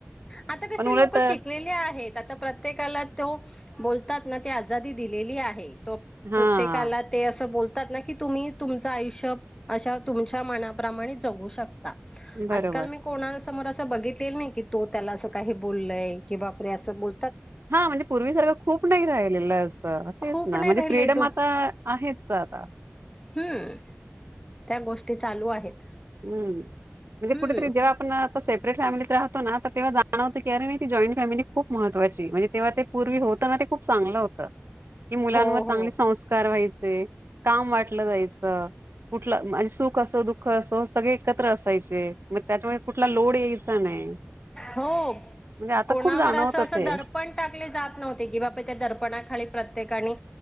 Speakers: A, on the left; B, on the right.
A: आता कशी
B: पण उलट
A: लोक शिकलेली आहेत, आता प्रत्येकाला तो बोल तात ना ते आजादी दिलेली आहे तो
B: हां,
A: प्रत्येकाला ते अस बोल ना की तुम्ही तुमचं आयुष्य अशा तुमच्या मनाप्रमाणे जगू शक ता
B: बरोबर.
A: आजकाल मी कोणा समोर असं बघितलेलं नाही की तो त्याला असं काही बोललय कि बापरे असं बो
B: हा म्हणजे पूर्वीसारखं खूप नाही राहिलेलं, असं तेच
A: खूप
B: ना
A: नाही
B: म्हणजे
A: राहिलय
B: फ्रीडम
A: तो
B: आता आहेत. माणसाला.
A: हम्म. गोष्टी चालू आहेत.
B: हम्म म्हणजे
A: हम्म
B: कुठेतरी जेव्हा आपण सेपरेट फॅमिलीत राहतो ना, तर तेव्हा जाणवतं की अरे नही ती जॉईंट फॅमिली खूप महत्वाचीय म्हणज तेव्हा ते पूर्वी होत होतना ते खूप चांगलं होत, की मुलांवर
A: हो
B: चांगले
A: हो
B: संस्कार व्हाय चे काम वाटलं जायच कुठल म्हणजे सुख असो दुःख अस त सगळे एकत्र असायचे, मग त्याच्यामुळे कुठला लोड यायचा नाही.
A: हो.
B: म्हणजे आता
A: कोणावर
B: खूप जाणवतं
A: असं असं
B: ते.
A: दर्पण टाकले जात नव्हते की बाबा त्या दर्पणाखाली प्रते त्येकाणी